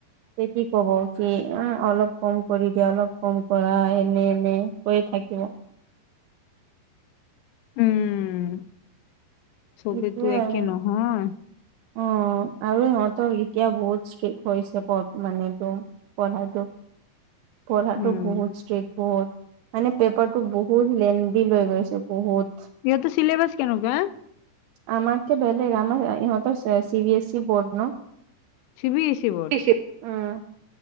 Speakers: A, on the right; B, on the left.
A: তে কি ক'ব কি অ অলপ কম কৰি দিয়া অলপ কম কৰা এনে এনে কয় থাকিব।
B: উম। চবেতো
A: সেইটোয়ে আৰু।
B: একে নহয়।
A: অ আৰু সিহঁতৰ এতিয়া বহুত ষ্ট্ৰিক্ট হৈছে প মানে পঢ়াটো। পঢ়াটো
B: উম,
A: বহুত ষ্ট্ৰিক্ট বহুত। মানে পেপাৰটো বহুত লেন্ডি লৈ গৈছে বহুত।
B: সিহঁতৰ চেলিবাস কেনেকুৱা?
A: আমাৰ কে বেলেগ আমাৰ ইহঁতৰ C B S C board ন।
B: C B A C board.
A: উম,